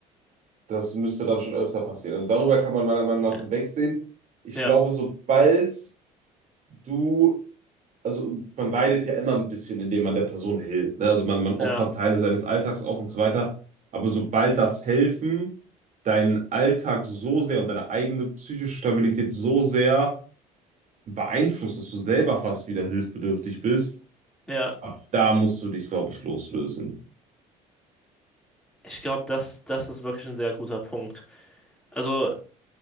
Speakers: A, on the right; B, in the centre.
A: Das müsste dann schon öfter passieren. Also darüber kann man meiner Meinung
B: Ne.
A: nach hinwegsehen. Ich
B: Ja,
A: glaube, sobald du, also man leidet ja immer ein bisschen, indem man der Person hilft. Ne? Also man, man
B: ja,
A: opfert Teile seines Alltags auf und so weiter. Aber sobald das Helfen deinen Alltag so sehr und deine eigene psychische Stabilität so sehr beeinflusst, dass du selber fast wieder hilfsbedürftig bist,
B: ja.
A: ab da musst du dich, glaube ich, loslösen.
B: Ich glaube, das, das ist wirklich ein sehr guter Punkt. Also,